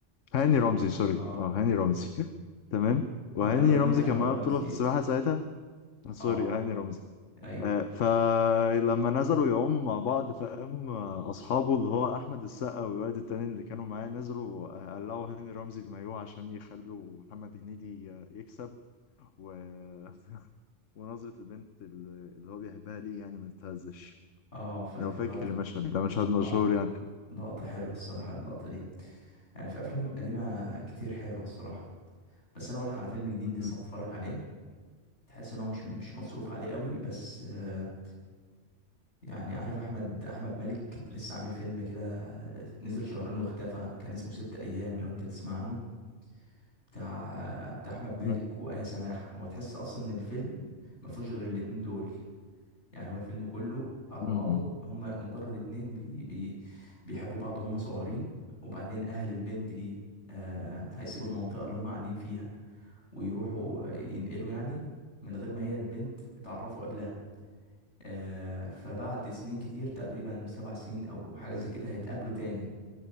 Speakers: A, on the left; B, on the left.
A: هاني رمزي سوري
B: اه
A: اه هاني رمزي <laughs> تمام وهاني
B: انا عمال اقول
A: رمزي
B: مين احمد
A: كان معاه
B: رمزي
A: بطوله في السباحه ساعتها سوري
B: اه
A: هاني رمزي
B: ايوه
A: آه، فلما نزلوا يعوموا مع بعض فقام آه، اصحابه اللي هو احمد السقا والولد التاني اللي كانوا معاه نزلوا آه، قلعوا هاني رمزي المايوه عشان يخلوا محمد هنيدي آه، يكسب و... <laughs> ونظرة البنت اللي اللي هو بيحبها ليه يعني ما تتهزش
B: اه فاكر
A: لو فاكر
B: لقطة
A: المشهد ده مشهد مشهور
B: اه
A: يعني
B: لقطة حلوة الصراحة اللقطة دي يعني في افلام قديمة كتير حلوة الصراحة بس انا اقول لك على فيلم جديد
A: مهم.
B: لسه متفرج عليه تحس ان هو مش مش مصروف عليه قوي بس آه يعني عارف احمد احمد مالك لسه عامل فيلم كده نزل شهرين واختفى كان اسمه ست ايام لو انت تسمع عنه بتاع بتاع احمد مالك
A: مهم.
B: وآية سماحة هو تحس اصلا ان الفيلم ما فيهوش غير الاتنين دول يعني هو الفيلم كله على
A: مهم.
B: بعضه هما مجرد اتنين بي بي بيحبوا بعض وهم صغيرين وبعدين اهل البنت دي آه هيسيبوا المنطقة اللي هما قاعدين فيها ويروحوا ينقلوا يعني من غير ما هي البنت اتعرفوا قبلها آه فبعد سنين كتير تقريبا سبع سنين او حاجة زي كده هيتقابلوا تاني